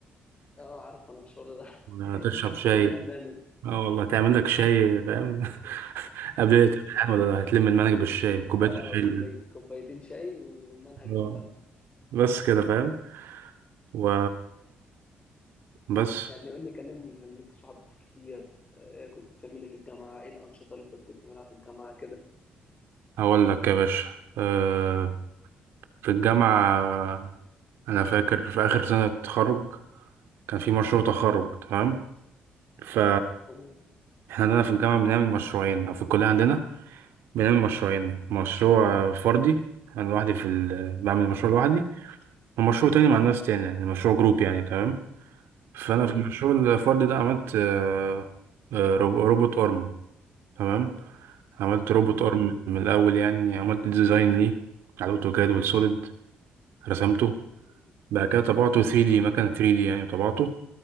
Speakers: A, on the left (about 30°); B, on the right (about 85°).
A: اه عارف انا الشغل ده
B: <laughs>
A: <laughs>
B: تشرب شاي
A: كلنا بنعمل
B: اه والله تعمل لك شاي فاهم <laughs> قبل الامتحان ولا هتلم المنهج بالشاي بكوباية
A: اه
B: الشاي
A: كوباي...
B: اللي-
A: كوبايتين شاي والمنهج يتلم
B: اه بس كده فاهم و بس
A: يعني قول لي كلمني كان ليك صحاب كتير آه كنت بتعملي في الجامعة ايه الأنشطة اللي انت كنت بتعملها في الجامعة كده
B: هقول لك يا باشا أه في الجامعة أنا فاكر في آخر سنة تخرج كان في مشروع تخرج تمام ف
A: تمام
B: احنا عندنا في الجامعة بنعمل مشروعين أو في الكلية عندنا بنعمل مشروعين مشروع فردي أنا لوحدي في ال... بعمل مشروع لوحدي ومشروع تاني مع ناس تانية يعني مشروع جروب يعني تمام فانا
A: مم.
B: في الشغل الفردي ده عملت آه، آه، رو- روبوت ارم تمام عملت روبوت
A: جميل
B: ارم من الاول يعني عملت ديزاين ليه على الاوتوكاد والسوليد رسمته
A: مم.
B: بعد كده طبعته 3 دي مكان 3 دي يعني طبعته